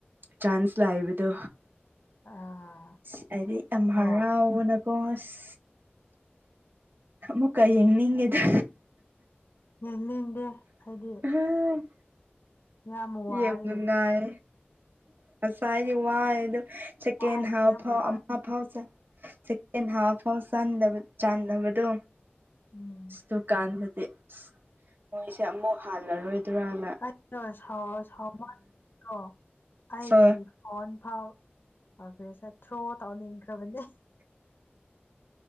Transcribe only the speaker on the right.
ꯆꯥꯟꯁ ꯂꯥꯛꯕꯗꯨ
ꯑꯁ ꯑꯩꯗꯤ ꯑꯝ
ꯍꯔꯥꯎꯕꯅ ꯀꯣ ꯑꯁ ꯑꯃꯨꯛꯀ ꯌꯦꯡꯅꯤꯡꯉꯦꯗ
ꯎꯝ
ꯌꯦꯃꯤꯟꯅꯥꯏ ꯉꯁꯥꯏꯗꯤ ꯋꯥꯏ ꯑꯗꯨ ꯁꯦꯀꯦꯟ
ꯍꯥꯞꯐꯥꯎ
ꯑꯝ ꯍꯥꯐꯐꯥꯎ ꯆꯟ ꯁꯦꯀꯦꯟ ꯍꯥꯐ ꯐꯧ ꯆꯟꯗꯕ ꯆꯥꯟꯗꯕꯗꯣ
ꯑꯁ ꯗꯨꯀꯥꯟꯗꯗꯤ ꯑꯁ ꯃꯣꯏꯁꯦ ꯑꯃꯨꯛ ꯍꯜꯂꯔꯣꯏꯗꯔꯥꯅ
ꯍꯣꯏ